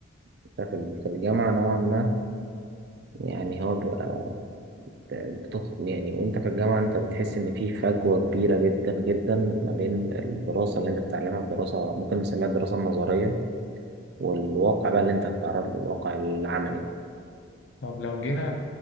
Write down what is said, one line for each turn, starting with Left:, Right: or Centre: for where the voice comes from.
Right: أنت في ال- في الجامعة نوعا ما يعني هو بيبقى بتخ يعني وأنت في الجامعة أنت بتحس إن في فجوة كبيرة جدا جدا ما بين الدراسة اللي أنت بتتعلمها الدراسة ممكن نسميها الدراسة النظرية والواقع بقى اللي أنت هتتعرض له الواقع العملي
Left: طب لو جينا